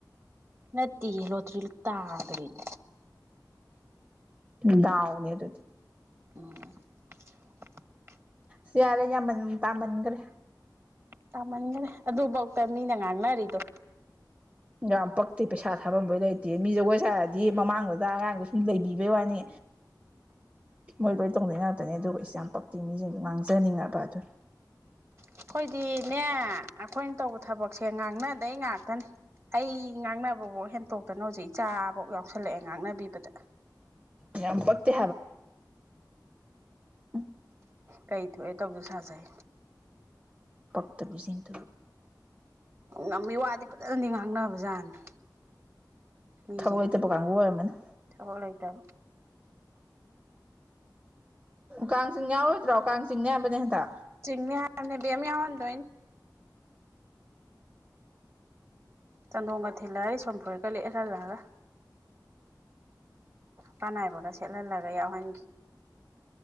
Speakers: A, on the right; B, on the right.
A: ꯅꯠꯇꯤ ꯍ ꯂꯣꯇꯔꯤꯜ ꯇꯥꯒꯅꯦ
B: ꯗꯥꯅꯤ ꯑꯗꯨ
A: ꯑꯣ
B: ꯁꯔꯦ ꯌꯥꯃꯟ ꯇꯥꯃꯟꯈ꯭ꯔꯦ
A: ꯇꯥꯃꯟꯈꯔꯦ ꯑꯗꯨꯐꯧꯗ ꯃꯤꯅ ꯉꯥꯡꯅꯔꯤꯗꯣ
B: ꯌꯥꯝ ꯄꯛꯇꯤ ꯄꯩꯁꯥ ꯊꯥꯐꯝꯝꯕꯩ ꯂꯩ ꯃꯤ ꯖꯒꯣꯏ ꯁꯥꯔꯗꯤ ꯃꯃꯥꯡꯗꯨꯗ ꯑꯉꯥꯡꯗꯨ ꯁꯨꯝ ꯂꯩꯕꯤꯕꯩ ꯋꯥꯅꯤ ꯍꯣꯏ ꯂꯣꯏ ꯇꯧꯗꯩ ꯉꯥꯛꯇꯅꯦ ꯑꯗꯨꯒ ꯑꯩꯦ ꯌꯥꯝ ꯄꯛꯇꯤ ꯃꯤꯁꯤꯡꯗ ꯉꯥꯡꯖꯅꯤꯡꯉꯕ ꯑꯗꯨꯅꯤ
A: ꯑꯩꯈꯣꯏꯗꯤꯅꯦ ꯑꯩꯈꯣꯏꯅ ꯇꯧꯕ ꯊꯕꯛꯁꯦ ꯉꯥꯡꯅꯗꯩ ꯉꯥꯛꯇꯅꯤ ꯑꯩ ꯉꯥꯡꯅꯕꯐꯥꯎ ꯍꯦꯟꯇꯣꯛꯇꯅ ꯍꯧꯖꯤꯛ ꯏꯆꯥ ꯐꯣꯛ ꯌꯥꯎꯁꯜꯂꯛꯑꯦ ꯉꯥꯛꯅꯕꯤꯕꯗ
B: ꯌꯥꯝ ꯄꯛꯇꯦ ꯎ
A: ꯀꯩ ꯊꯣꯛꯑꯦ ꯇꯧꯁꯨ ꯁꯥꯖꯩ
B: ꯄꯞꯇꯕꯤꯖꯤꯤꯟ ꯇ
A: ꯉꯝꯃꯤ ꯋꯥꯗꯤ ꯐꯖꯅꯗꯤ ꯉꯥꯡꯅꯕ ꯖꯥꯠꯅꯤ ꯃꯤꯖ
B: ꯊꯕꯛ ꯂꯩꯇꯕ ꯀꯥꯡꯕꯨ ꯑꯣꯏꯔꯝꯃꯅꯤ
A: ꯊꯕ ꯂꯩ ꯇꯕ
B: ꯀꯥꯡꯆꯤꯡ ꯌꯥꯎꯔꯣꯏꯗ꯭ꯔꯣ ꯀꯥꯡ ꯆꯤꯡꯅꯦ ꯍꯥꯏꯕꯅꯦ ꯍꯟꯗ
A: ꯆꯤꯡꯅꯦ ꯃꯤ ꯌꯥꯋꯥꯟꯗ ꯆ ꯅꯣꯡꯉ ꯊꯤꯂꯔꯦ ꯁꯣꯝ ꯐꯔꯀ ꯂꯩ ꯑꯦꯔ ꯂꯒ ꯄꯥꯟꯅꯥꯏꯕꯒ ꯁꯦꯠꯍꯜꯂꯒ ꯌꯥꯎꯍꯟꯒꯦ